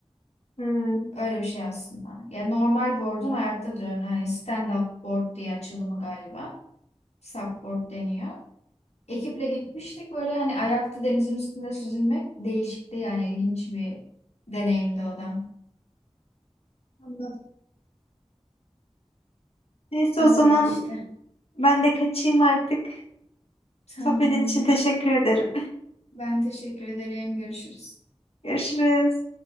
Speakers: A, on the left (about 60°); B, on the left (about 75°).
A: Hmm,
B: Öyle bir şey aslında. Yani normal board'un ayakta duran hani stand up board diye açılımı galiba. Supboard deniyor. Ekiple gitmiştik böyle hani ayakta denizin üstünde süzülmek değişikti yani ilginç bir deneyimdi o da.
A: anladım. Neyse
B: Öyle
A: o zaman
B: işte.
A: ben de kaçayım artık.
B: Tamamdır.
A: Sohbetin için teşekkür ederim.
B: Ben teşekkür ederim. Görüşürüz.
A: <laughs> Görüşürüz.